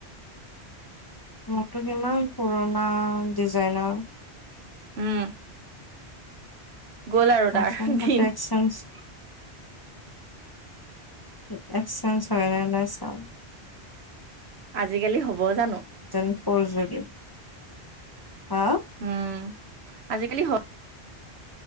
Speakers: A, on the left; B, on the right.
A: মোকতো কিমান পুৰণা ডিজাইনৰ।
B: উম। গ'ল আৰু
A: প্ৰথমতো
B: তাৰ দিন
A: টেষ্ট চেঞ্জ এক্সেঞ্জ হয় নে নাই চাম।
B: আজিকালি হ'ব জানো?
A: যেন ফৰ্জ নেকি? হা?
B: উম আজিকালি স